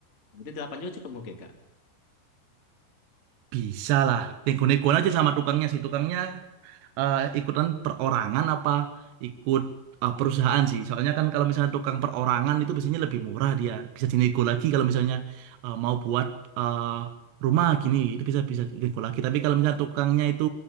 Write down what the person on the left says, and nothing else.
Berarti 8 juga cukup mungkin, Kak.